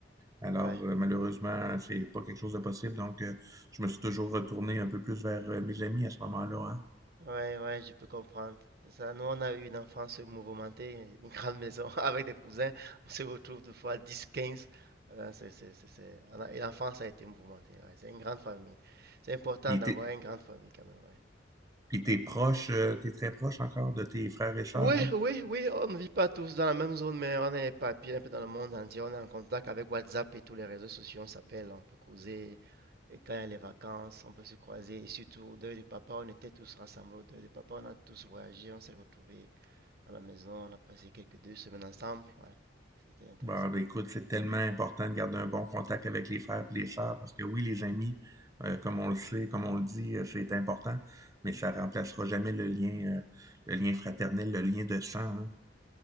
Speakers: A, on the right; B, on the right.
A: Alors,
B: Ah,
A: euh, malheureusement, c'est pas quelque chose de possible, donc euh, je me suis toujours retourné un peu plus vers euh, mes amis à ce moment-là, hein.
B: Ouais, ouais, je peux comprendre. C'est ça. Nous, on a eu une enfance mouvementée, une grande maison <laughs> avec des cousins. On se retrouve deux fois 10, 15. Euh, c'est, c'est, c'est, c'est- on a- Et l'enfance a été mouvementée. ouais. C'est une grande famille. C'est important
A: Puis
B: d'avoir
A: t'es,
B: une grande famille quand même. Ouais.
A: puis t'es proche, euh, t'es très proche encore de tes frères et sœurs,
B: Oui,
A: hein?
B: oui, oui, on ne vit pas tous dans la même zone, mais on est éparpillés un peu dans le monde entier. On est en contact avec WhatsApp et tous les réseaux sociaux. On s'appelle, on peut causer. Et quand il y a les vacances, on peut se croiser. Et surtout, au deuil de papa, on était tous rassemblés au deuil de papa. On a tous voyagé, on s'est retrouvés. à la maison, on a passé quelques deux semaines ensemble, ouais, c'était intéressant.
A: Bon, ben, écoute, c'est tellement important de garder un bon contact avec les frères et les sœurs parce que oui, les amis, euh, comme on le sait, comme on le dit, euh, c'est important, mais ça remplacera jamais le lien, euh, le lien fraternel, le lien de sang. hein.